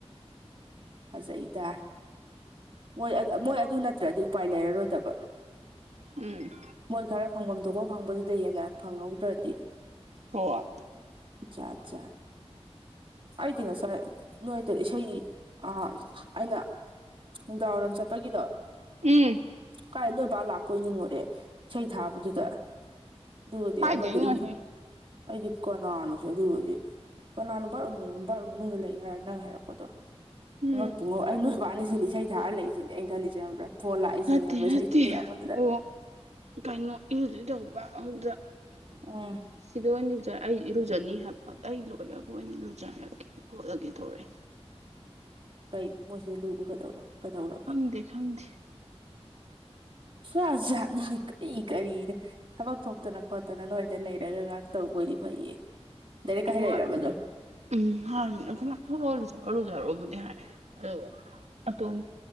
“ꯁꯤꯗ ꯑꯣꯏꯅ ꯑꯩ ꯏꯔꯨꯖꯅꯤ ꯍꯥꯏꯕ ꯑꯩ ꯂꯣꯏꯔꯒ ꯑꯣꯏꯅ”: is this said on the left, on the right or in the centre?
Right